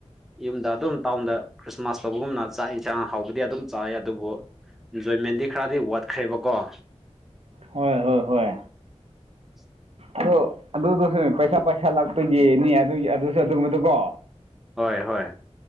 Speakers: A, in the centre; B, on the right (about 60°).
A: ꯌꯨꯝꯗ ꯑꯗꯨꯝ ꯇꯥꯎꯟꯗ ꯈ꯭ꯔꯤꯁꯃꯥꯁ ꯇꯧꯕꯒꯨꯝꯅ ꯆꯥꯛ ꯌꯦꯟꯁꯥꯡ ꯍꯥꯎꯕꯗꯤ ꯑꯗꯨꯝ ꯆꯥꯏ ꯑꯗꯨꯕꯨ ꯏꯟꯖꯣꯏꯃꯦꯟꯗꯤ ꯈꯔꯗꯤ ꯋꯥꯠꯈ꯭ꯔꯦꯕꯀꯣ
B: ꯍꯣꯏ ꯍꯣꯏ ꯍꯣꯏ
A: <inaudible>
B: ꯑꯗꯨ ꯑꯗꯨꯗꯨꯁꯨ ꯄꯩꯁꯥ ꯄꯩꯁꯥ ꯂꯥꯛꯇꯒꯤꯅꯤ ꯑꯗꯨ ꯑꯗꯨꯁꯨ ꯑꯗꯨꯒꯨꯝꯕꯗꯨ ꯀꯣ
A: ꯍꯣꯏ ꯍꯣꯏ